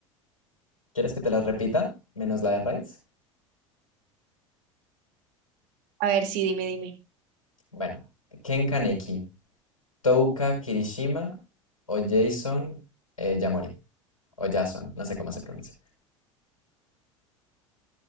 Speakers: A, on the left (about 85°); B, on the right (about 55°).
A: ¿Quieres que te las repita? Menos la de Rise.
B: A ver, sí, dime, dime.
A: Bueno, Ken Kaneki, Touka Kirishima o Jason eh, Yamori. O Jason, no sé cómo se pronuncia.